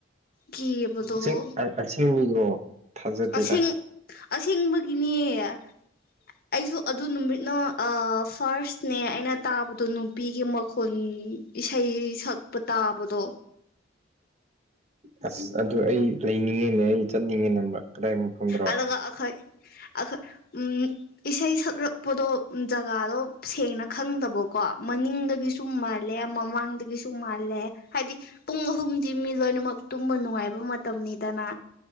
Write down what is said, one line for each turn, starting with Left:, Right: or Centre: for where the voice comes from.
Left: ꯀꯤꯕꯗꯨꯕꯨ
Right: ꯆꯤꯡ ꯑꯁꯦꯡꯀꯤꯔꯣ ꯊꯥꯖꯗꯦꯗ
Left: ꯑꯁꯦꯡ ꯑꯁꯦꯡꯕꯒꯤꯅꯦ ꯑꯩꯁꯨ ꯑꯗꯨ ꯅꯨꯃꯤꯠꯅ ꯑꯥꯑ ꯐꯥꯔꯁꯅꯦ ꯑꯩꯅ ꯇꯥꯕꯗꯣ ꯅꯨꯄꯤꯒꯤ ꯃꯈꯣꯜ ꯏꯁꯩ ꯁꯛ ꯄ ꯇꯥꯕꯗꯣ
Right: ꯑꯥꯁ ꯑꯗꯨ ꯑꯩ ꯂꯩꯅꯤꯡꯉꯦꯅꯦ ꯑꯩ ꯆꯠꯅꯤꯡꯉꯦꯅꯦꯕ ꯑꯗꯨꯋꯥꯏ ꯃꯝꯐꯗꯣ
Left: ꯑꯂꯒ ꯑꯈꯣꯏ ꯑꯈ ꯎꯪ ꯢꯁꯩ ꯁꯛꯂꯛꯄꯗꯣ ꯖꯒꯥꯗꯣ ꯁꯦꯡꯅ ꯈꯪꯗꯕꯀꯣ ꯃꯅꯤꯡꯗꯒꯤꯁꯨ ꯁꯨꯝꯃꯥꯜꯂꯦ ꯃꯃꯥꯡꯗꯒꯤꯁꯨ ꯃꯥꯜꯂꯦ ꯍꯥꯏꯗꯤ ꯄꯨꯡ ꯑꯍꯨꯝꯗꯤ ꯃꯤ ꯂꯣꯏꯅꯃꯛ ꯇꯨꯝꯕ ꯅꯨꯡꯉꯥꯏꯕ ꯃꯥ ꯇꯝꯃꯦꯗꯅ